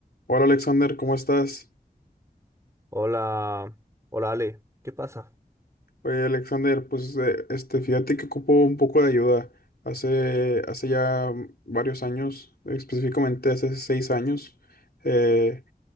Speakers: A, on the left; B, on the right.
A: Hola Alexander, ¿cómo estás?
B: Hola, hola Ale, ¿qué pasa?
A: Oye Alexander, pues eh, este, fíjate que ocupo un poco de ayuda. Hace, hace ya varios años, específicamente hace seis años, eh,